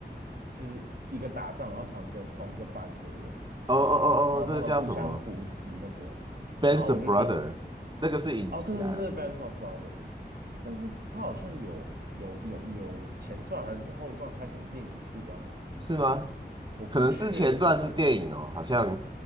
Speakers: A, on the right; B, on the right.
A: 就是一个打仗，然后同一个同一个班的人，
B: 哦哦哦哦，
A: 然后他们互相扶持那个，
B: 这个叫什么？Ben's
A: 然后我就觉得，
B: a Brother，那个是影集啊，
A: 哦，对对对，Bands of b r o t e r 但是他好像有有有有前传还是后传拍成电影是吧？
B: 是吗？
A: 我不确定。
B: 可能是前传是电影哦，好像